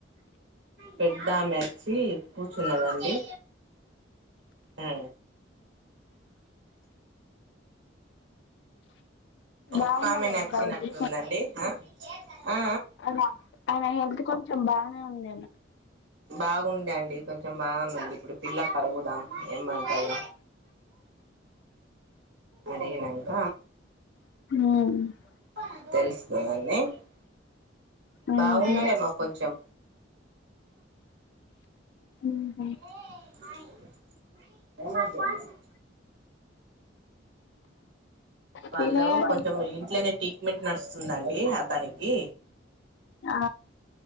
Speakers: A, on the right; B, on the left.
A: పెద్ద ఆమె వచ్చి కూర్చున్నదండి. ఆ
B: బాగున్నారు
A: ఒక్కామె నచ్చినట్టుందండి
B: అక్క అయితే
A: ఆ ఆ
B: అవునా ఆమె హెల్త్ కొంచెం బానే ఉంద
A: బాగుంది అండి కొంచెం బాగుందంది ఇప్పుడు పిల్లలకు అడుగుదాం ఏమంటదొ అడిగినంక
B: ఉ
A: <unintelligible>
B: ఉహు
A: బాగున్నాడేమో కొంచెం
B: ఉహు
A: <unintelligible> వాళ్ళు
B: తినేయండి
A: కొంచెం ఇంట్లోనే ట్రీట్మెంట్ నడుస్తుందండి దానికి
B: ఆ